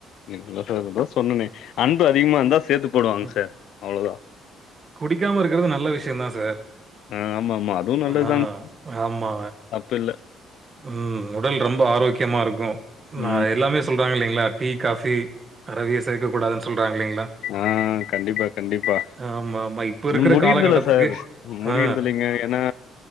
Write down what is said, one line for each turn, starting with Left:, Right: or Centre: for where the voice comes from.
Left: இல்ல சார் அதா சொன்னனே அன்பு அதிகமா இந்தா சேத்து போடுவாங்க
Right: ம்.
Left: சார் அவ்ளோதா
Right: குடிக்காம இருக்கிறது நல்ல விஷ்யந்தா சார்
Left: அ ஆமாமா. அதுவும் நல்லதுதாங்க.
Right: அ ஆமா
Left: தப்பு இல்ல.
Right: ம் உடல் ரொம்ப ஆரோக்யமா இருக்கு நா
Left: ம்.
Right: எல்லாமேச் சொல்றாங்க இல்லீங்ளா டீ காஃபி அறவே சேர்க்கக் கூடாதுன் சொல்றாங்க இல்லீங்ளா
Left: ஆ கண்டிப்பா கண்டிப்பா
Right: ஆமாமா. இப்ப
Left: இன்னும்
Right: இருக்கிற
Left: முடிர்தில்ல
Right: காலகட்டத்துக்கு
Left: சார் முடிர்தில்லங்க
Right: ஆ.
Left: எனா